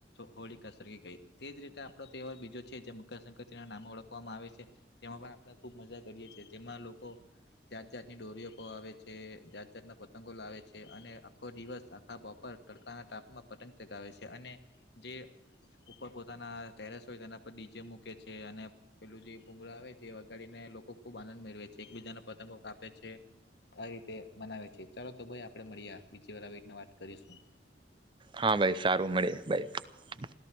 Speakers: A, on the left; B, on the right.
A: હોળિકા સળગી ગઈ. તે જ રીતે આપણો તહેવાર બીજો છે, જે મકરસંક્રિના નામ ઓળખવામાં આવે છે. તેમાં પણ આપણે ખૂબ મજા કરીએ છેએ જેમાં લોકો જાત જાત ની ડોરીઓ આવે છે. જાત જાતના પતંગો લાવે છે. અને આખો દિવસ આખા બપોર તડકાના ટાપમાં પતંગ ચગાવે છે. અને જે ઉપર પોતાના ટેરેસ હોય તેના પર ડીજે મૂકે છે, અને પેલું જે ભૂંગળ આવે જે વગાડીને લોકો ખુબ આનંદ મેળવે છે. એકબીજા પતંગો કાપે છે. આવી રીતે મનાવે છે. ચાલો તો, ભાઈ આપણે મળીએ બીજી વાર આવી રીતના વાત કરીશું.
B: હા ભાઈ સારું, મળી ભાઈ.